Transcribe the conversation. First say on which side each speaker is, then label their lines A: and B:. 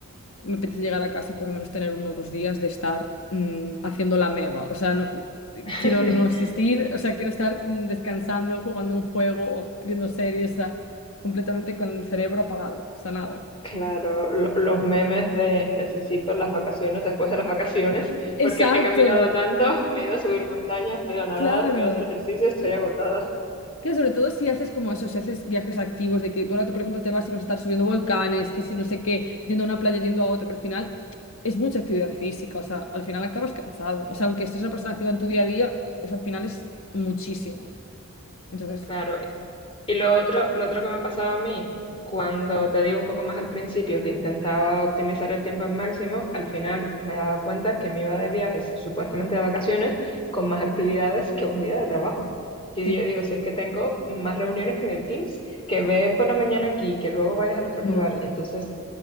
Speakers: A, on the left; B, on the left.
A: me apetece llegar a casa y por lo menos tener uno o dos días de estar mm, haciendo la meba. O sea, no,
B: <laughs>
A: quiero no asistir, o sea, quiero estar mm, descansando, jugando un juego o viendo series, o sea, completamente con el cerebro apagado. O sea, nada.
B: Claro, lo- los memes de necesito las vacaciones después de las vacaciones,
A: Exacto.
B: porque he caminado tanto, <laughs> me he ido a subir montañas, me he ido a nadar,
A: Claro.
B: me he ido a hacer ejercicio, estoy agotada.
A: Que sobre todo si haces como eso, si haces viajes activos, de que tú ahora, por ejemplo, te vas y vas a estar subiendo volcanes, que si no sé qué, yendo a una playa, yendo a otra, que al final es mucha actividad física, o sea, al final acabas cansado.
B: Sí,
A: O sea, aunque estés una persona activa en tu día a día, eso al final es muchísimo. Entonces,
B: claro. Y lo otro, lo otro que me pasaba a mí, cuando te digo un poco más al principio que intentaba optimizar el tiempo al máximo, al final me daba cuenta que me iba de viajes, supuestamente de vacaciones, con más actividades que un día de trabajo. Y
A: sí.
B: yo digo, si es que tengo más reuniones que en el Teams, que ve por la mañana aquí, que luego vayas al otro
A: mm.
B: lugar. Y entonces